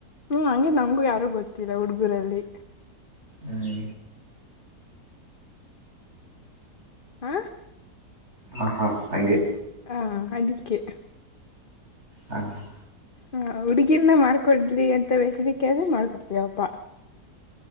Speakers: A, on the left; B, on the right.
A: ಹ್ಮ್ ಹಂಗೆ ನಮಗೂ ಯಾರು ಗೊತ್ತಿಲ್ಲ ಹುಡುಗುರಲ್ಲಿ.
B: ಹ್ಮ್
A: ಹ.
B: ಹಾ ಹಾ ಹಂಗೆ.
A: ಹ ಅದಕ್ಕೆ.
B: ಹಾ ಹ್
A: ಹ ಹುಡುಗಿರ್ನ ಮಾಡ್ಕೊಡ್ಲಿ ಅಂತ ಬೇಕಿದ್ರೆ ಕೇಳ್ದ್ರೆ ಮಾಡ್ಕೊಡ್ತೀವಪ್ಪಾ.